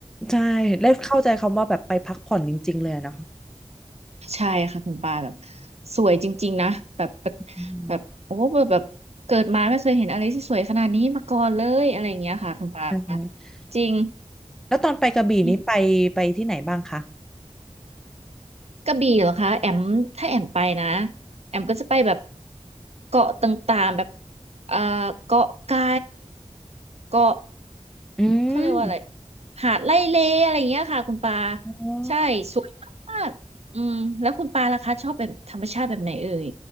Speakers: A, in the centre; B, on the right (about 60°).
A: ใช่ได้เข้าใจคำว่าแบบไปพักผ่อนจริงๆเลยอะนะคะ
B: ใช่ค่ะคุณปาแบบสวยจริงๆนะแบบแบบ
A: อืม
B: แบบโอ้แบบแบบเกิดมาไม่เคยเห็นอะไรที่สวยขนาดนี้มาก่อนเลยอะไรอย่างเงี้ยค่ะคุณปา
A: ใช่
B: จริง
A: แล้วตอนไปกระบี่นี้ไปไปที่ไหนบ้างคะ
B: อืมกระบี่เหรอคะแอมถ้าแอมไปนะแอมก็จะไปแบบเกาะต่างๆแบบเอ่อเกาะไก่เกาะ
A: อืม
B: เขาเรียกว่าอะไรหาดไร่เลอะไรอย่างเงี้ยค่ะคุณปา
A: อ๋อ
B: ใช่สวยมากๆอืมแล้วคุณปาล่ะคะชอบแบบธรรมชาติแบบไหนเอ่ย